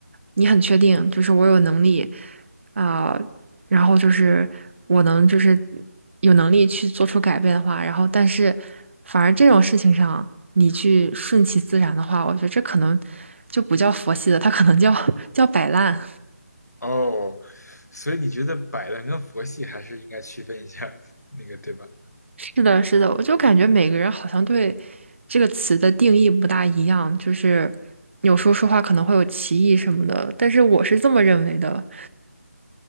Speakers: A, on the right; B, on the left.
A: 你很确定，就是我有能力啊、然后就是我能就是有能力去做出改变的话，然后但是反而这种事情上你去顺其自然的话，我觉得这可能就不叫佛系的，它可能叫 <laughs> 叫摆烂。
B: 哦，所以你觉得摆烂跟佛系还是应该区分一下，那个对吧？
A: 是的，是的，我就感觉每个人好像对这个词的定义不大一样，就是有时候说话可能会有歧义什么的，但是我是这么认为的。